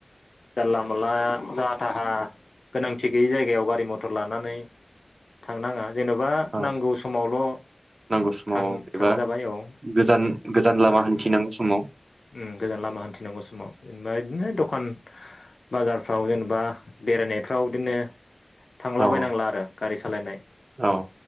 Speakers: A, on the left; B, on the right.
A: जानला मोनला जाहा थाहा गोनांथि गैयि जायगायाव गारि मथर लानानै थांनाङा जेन'बा
B: औ
A: नांगौ समावल'
B: नांगौ समाव
A: थां
B: एबा
A: थांजाबाय औ
B: गोजान गोजान लामा हान्थिनांगौ समाव
A: उम, गोजान लामा हान्थिनांगौ समाव जेनेबा इदिनो दखान बाजारफ्राव जेनेबा बेरायनायफ्राव इदिनो थांलाबायनांला
B: औ
A: आरो गारि सालायनाय
B: औ